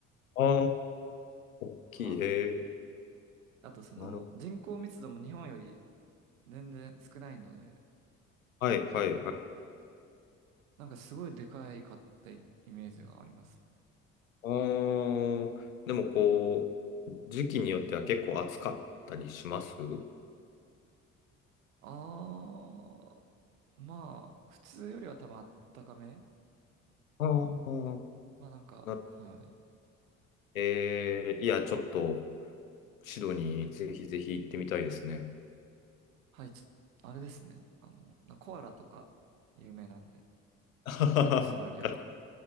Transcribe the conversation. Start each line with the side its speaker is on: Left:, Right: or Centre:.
Left: ああ、大きい。
Right: はい。
Left: へえ、
Right: あとその、
Left: なるほど。
Right: 人口密度も日本より全然少ないので、
Left: はい、
Right: あの、
Left: はい、はい。
Right: なんかすごいでかいかったイメージがありますね。
Left: あーでもこう、時期によっては結構暑かったりします
Right: ああ、まあ、普通よりは多分あったかめ。
Left: あー
Right: まあなんか、
Left: な
Right: はい。
Left: えー、いや、ちょっと、シドニー、ぜひぜひ行ってみたいですね。
Right: はい、ちょあれですね。あの、なコアラとか有名なんで、
Left: <laughs>
Right: オーストラリアは。